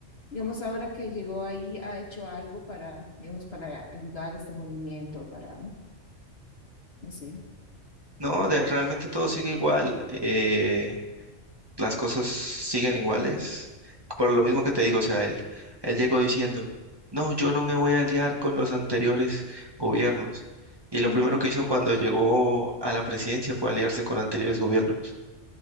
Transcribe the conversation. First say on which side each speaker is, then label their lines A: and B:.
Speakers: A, on the left; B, on the right.
A: digamos, ahora que llegó ahí, ha hecho algo para, digamos, para ayudar a este movimiento, para, no sé.
B: No, de- realmente todo sigue igual, eh, las cosas siguen iguales, por lo mismo que te digo, o sea, él, él llegó diciendo, no, yo no me voy a aliar con los anteriores gobiernos. Y
A: Ujú.
B: lo primero que hizo cuando llegó a la presidencia fue aliarse con anteriores gobiernos.